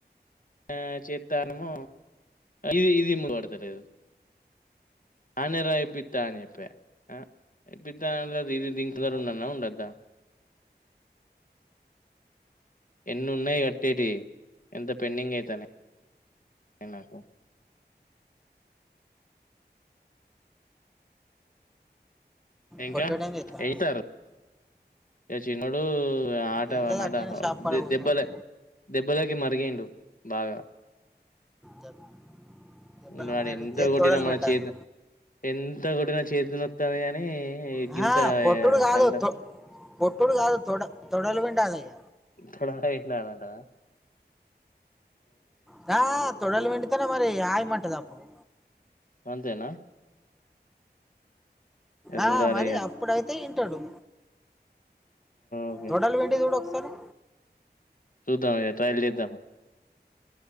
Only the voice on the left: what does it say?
ఆ చేత్తన్నమో అలి ఇది ముందు పడతలేదు ఆన్నే రా ఇప్పిత్త అని చెప్పే ఇప్పిత్త ఇది దీని దర
ఉండల్నా ఉండోద్దా ఎన్ని ఉన్నాయి కట్టేటి ఎంత పెండింగ్ అయితన్నయి ఎన్నాకు ఇంక
ఎయితారు ఇక చిన్నోడూ ఆట
అన్నడ
దెబ్బలే దెబ్బలకి మరిగిండు బాగ
దాన్ని
ఎంత కొట్టిన
మన
చే ఎంత ఎంత కొట్టిన చేతి నోక్తవె గాని ఏ
గింత
కండ
తొడలే పిండాలంటావ
అంతేన
చూడాలి
ఇగ
ఓకే
సూద్దాం ఇగ ట్రయిల్ చేద్దం